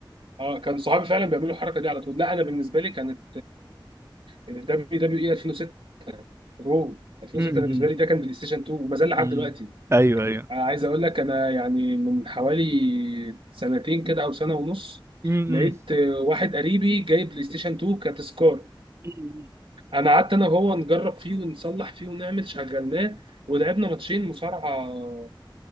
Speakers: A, on the right; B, on the right.
A: اه كان صحابي فعلا بيعملوا الحركه دي على طول لا انا بالنسبه لي كانت دبليو دبليو اي 2006 رو 2006
B: م-
A: انا بالنسبه
B: م-
A: لي ده كان بلاي ستيشن 2 وما زال لحد
B: م.
A: دلوقتي
B: ايوه ايوه
A: عايز اقول لك انا يعني من حوالي سنتين كده او سنه ونص
B: م-
A: لقيت آه، واحد قريبي جايب بلاي ستيشن 2 كتذكار
B: م.
A: انا قعدت انا وهو نجرب فيه ونصلح فيه ونعمل شغلناه ولعبنا ماتشين مصارعه